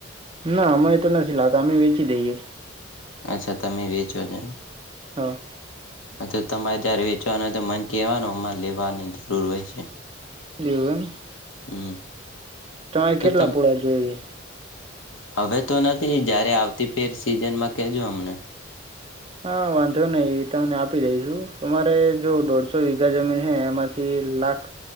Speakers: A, on the right; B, on the left.
A: ના અમે એ તો નથી લાગતો અમે વેચી દઈએ.
B: અચ્છા તમે વેચોજ એમ.
A: હા.
B: અ તો તમારે જયારે વેચવાના તો મને કવાનું અમાં લેવાની જરૂર હોય છે.
A: એવુ.
B: હમ.
A: તમારે
B: તો
A: કેટલા
B: તમ
A: પુળ જોઈએ?
B: હવે તો નથી જ્યારે આવતી ફેર સિઝનમાં કહેજો અમને
A: હા વાંધો નઈ એ તમને આપી દઈશું. તમારે જો દોઢસો <unintelligible> હે એમાંથી લાખ